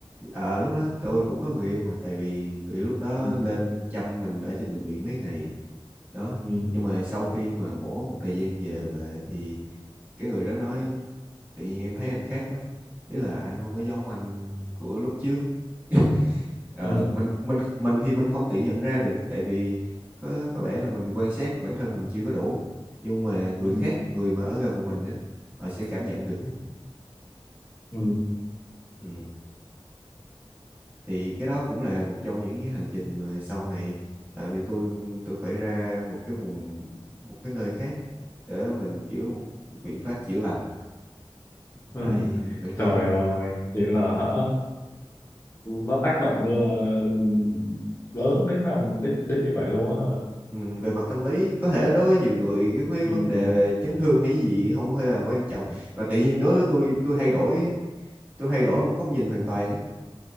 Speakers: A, on the right; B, on the left.
A: Ờ, lúc đó tôi cũng có người yêu mà tại vì người yêu lúc đó
B: ừ
A: lên chăm mình ở trên bệnh viện mấy ngày đó
B: ừ
A: nhưng mà sau khi mà mổ một thời gian về về thì cái người đó nói tự nhiên em thấy anh khác quá ý là anh không có giống anh của lúc trước <laughs> ờ,
B: ừ
A: mình mình mình thì mình không tự nhận ra được tại vì có có lẽ là mình quan sát bản thân mình chưa có đủ nhưng mà người
B: ừ
A: khác người mà ở gần mình á họ sẽ cảm nhận được ấy.
B: ừ
A: ừ. thì cái đó cũng là một trong những cái hành trình mà sau này làm cho tôi tôi phải ra một cái vùng một cái nơi khác để mình kiểu một biện pháp chữa lành
B: ừ
A: lại bản thân
B: trời ơi vậy là hả nó tác động l- lớn đến vòng đến đến như vậy luôn á hả
A: Ừ, về mặt tâm lý có thể đối với nhiều người cái mấy
B: ừ
A: vấn đề chấn thương hay gì không hề là quan trọng mà tự nhiên đối với tôi tôi thay đổi tôi thay đổi một góc nhìn hoàn toàn ấy.